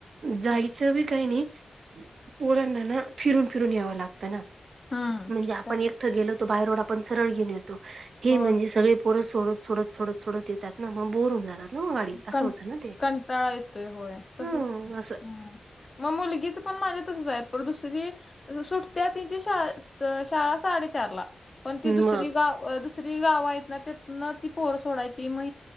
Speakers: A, on the right; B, on the left.
A: जायचं
B: हम्म
A: बी काही नाही पोरांनाना फिरून-फिरून यावं लाग तं ना
B: हम्म
A: म्हणजे आपण
B: त्यामुळे
A: एकटा गेलो तर बाहेर वळ आपण सरळ घेऊन येतो हे
B: होय
A: म्हणजे सगळे पोरं सोडत सोडत सोडत सोडत येतात ना मग बोर होऊ जातात ना. गाडीत असं
B: कं
A: होतं ना ते.
B: कंटाळा येतोय होय तसच
A: हम्म असं
B: हा. म मुलगीचा पण माझ्या तसचं आहे पर दुसरी सुटत्या तीनची शाळा तर साडेचार ला पण ती दुसरी
A: मग
B: गावं अ दुस सरी गाव आहेत ना त्यातनं ती पोरं सोडायची मग